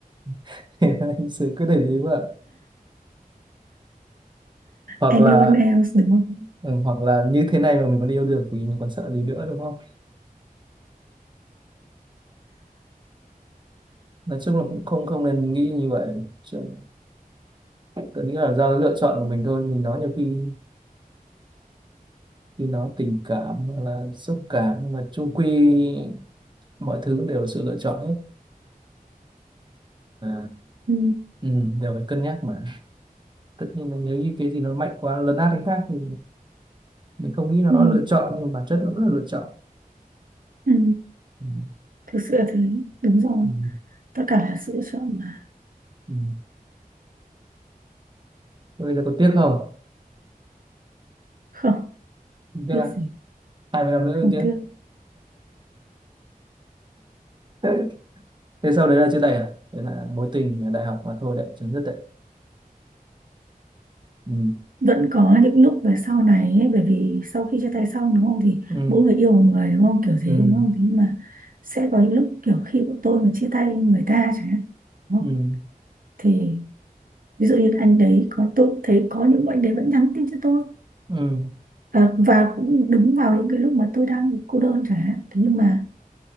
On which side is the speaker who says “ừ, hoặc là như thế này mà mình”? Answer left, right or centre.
Right